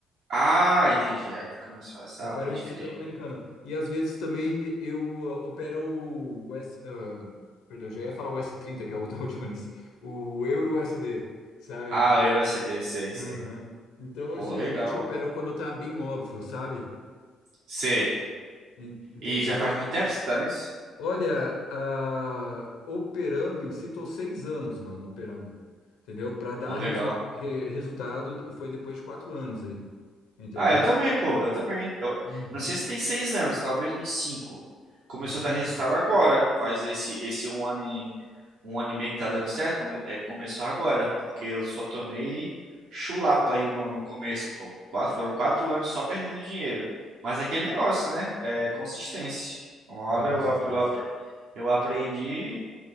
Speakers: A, on the right; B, on the left.
A: Ah, entendi. Aí fica mais fácil.
B: Eu
A: Ah,
B: opero
A: pode
B: o índice
A: crer.
B: da- americano. E às vezes também eu ah, opero o S, ah, perdão, já ia falar o s trinta que é o <laughs> Dow Jones. O Euro USD, sabe?
A: Ah, o Hero SD, sei,
B: Uhum.
A: sei.
B: Então, eu,
A: Pô,
B: geralmente
A: legal,
B: eu
A: mano.
B: opero quando tá bem óbvio, sabe?
A: Sei.
B: En- Entendeu?
A: E já faz muito tempo que você tá nisso?
B: Olha, ah, operando em si, tô seis anos, mano, operando. Entendeu? Para dar
A: Pô, legal.
B: resu- re- resultado foi depois de quatro anos aí, entendeu?
A: Ah, eu também, pô, eu também. Eu
B: Uhum.
A: não sei se tem seis anos, talvez uns cinco. Começou
B: Em cinco,
A: a dar resultado agora. Faz esse esse um ano e um ano e meio que tá dando certo. come- é, começou agora, porque eu só tomei chulapa aí no, no começo, pô. Quatro, foram quatro anos só perdendo dinheiro. Mas é aquele negócio, né? É consistência. Uma hora
B: a consistência.
A: eu, ap- eu, ap- eu aprendi,